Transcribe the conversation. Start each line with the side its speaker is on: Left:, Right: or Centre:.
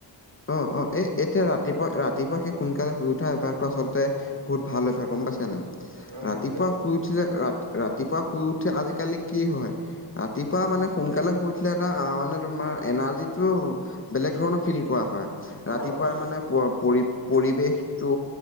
Left: অ' অ' এ এতিয়া ৰাতিপুৱা ৰাতিপুৱা সেই সোনকালে শুই উঠা অভ্যাসটো আচলতে বহুত ভাল হৈ ভ গম পাইছে নে
Right: উম
Left: ৰাতিপুৱা
Right: সেইটোৱে
Left: শুই উঠিলে ৰা ৰাতিপুৱা শুই উঠে আজিকালি কি হয়। ৰাতিপুৱা মানে সোনকালে শু উঠিলে এটা আ মানে তোমাৰ এনাৰ্জিত বেলেগ ধৰণৰ ফিল কৰা হয় ৰাতিপুৱা
Right: হয় হয়
Left: মানে মানে পৰি পৰিৱেশটো